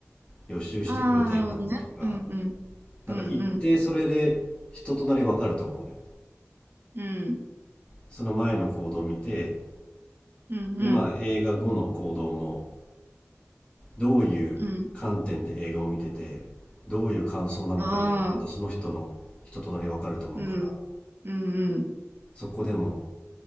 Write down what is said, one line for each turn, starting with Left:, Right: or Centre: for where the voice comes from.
Left: 予習してくるタイプなのかとか、
Right: ああ、なるほどね。うん、うん、
Left: なんか一定それで人となりわかると思うのよ。
Right: うん、うん、うん、
Left: その前の行動を見て、
Right: うん、
Left: で、
Right: うん、
Left: まあ映画後の行動も、どういう観点で映画を見てて、
Right: うん。
Left: どういう感想なのかで、
Right: ああ、
Left: またその人の人となりわかると思うから、
Right: うん、うん、うん。
Left: そこでも